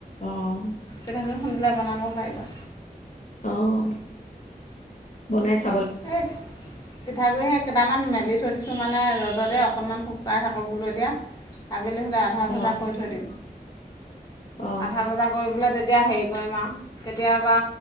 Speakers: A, on the left (about 50°); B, on the left (about 25°).
A: অ
B: তেনেকৈ খুন্দিলে বনাব পাৰিবা।
A: অহ বনাইছে
B: এই পিঠাগুড়ি সেই কেইটামান মেলি থৈ দিছোঁ মানে ৰ'দতে অ কণমান শুকাই থাকক বোলো এতিয়া আ হলে আধা
A: অ
B: ভজা কৰি থৈ দিম
A: অ
B: আধা ভজা কৰি পেলাই তেতিয়া হেই কৰিম আও কেতিয়াবা